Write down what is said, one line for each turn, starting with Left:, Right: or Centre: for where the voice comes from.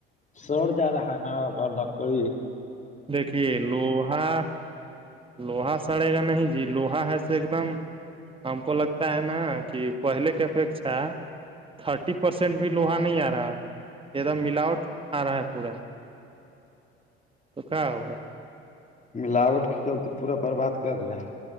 Left: سوڑ ج رہا ہے نا بول نکلی
Right: دیکھیے لوہا لوہا سڑے گا نہیں جی لوہا ہےسے ایک دم ہم کو لگتا ہے نا کہ پہلے کے اپیکھا تھرٹی پرسینٹ بھی لوہا نہیں آ رہا ہے ایک دم ملاوٹ آ رہا ہے پورا تو کہ ہوگا
Left: ملاوٹ کے چلتے پورا برباد کرد رہا ہے